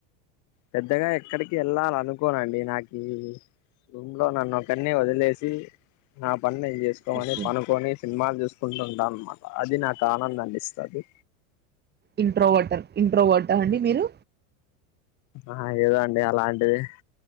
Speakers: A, on the left; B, on the right.
A: పెద్దగా ఎక్కడికి వెళ్ళాల అనుకోనండి నాక్ ఈ రూమ్లో నన్ను ఒకనే వదిలేసి నా పన్ చేసుకోని
B: ఓకే
A: పనుకొని సినిమాలు చూసుకుంటుంటాం అనమాట అది నాకు ఆనందాన్నిస్తాది
B: ఇంట్రో వాటర్ ఇంట్రో వాటర్ అండి మీరు
A: ఆ ఏదదో అండి అలాంటిది